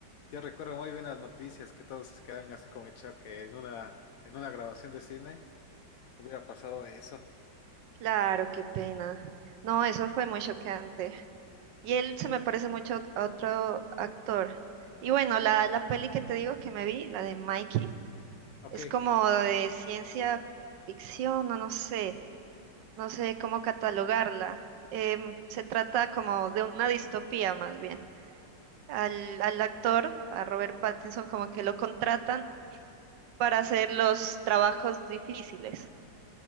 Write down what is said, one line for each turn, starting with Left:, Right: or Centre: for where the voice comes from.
Left: yo recuerdo muy bien las noticias, que todos se quedaron así como hecha que en una, en una grabación de cine hubiera pasado eso.
Right: Claro, qué pena. No, eso fue muy chocante. Y él se me parece mucho a otro actor. Y bueno, la, la peli que te digo que me vi, la de Mikey.
Left: Ok,
Right: Es como de ciencia ficción, o no sé, no sé cómo catalogarla. Em, se trata como de una distopía más bien. Al, al actor, a Robert Pattinson, como que lo contratan para hacer los trabajos difíciles.